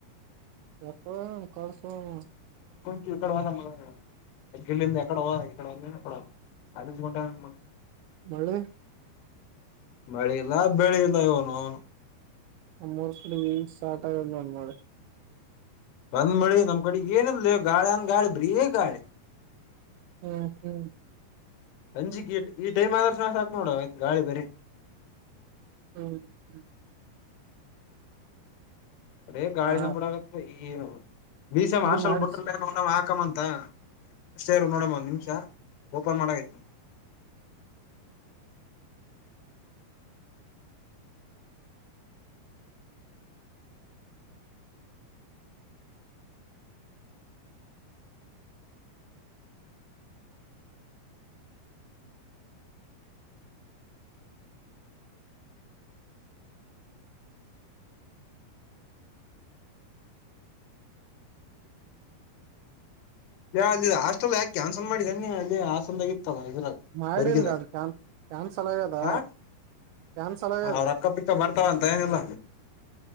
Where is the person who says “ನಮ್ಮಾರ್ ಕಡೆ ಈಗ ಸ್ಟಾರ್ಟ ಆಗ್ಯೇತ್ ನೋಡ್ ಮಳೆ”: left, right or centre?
Right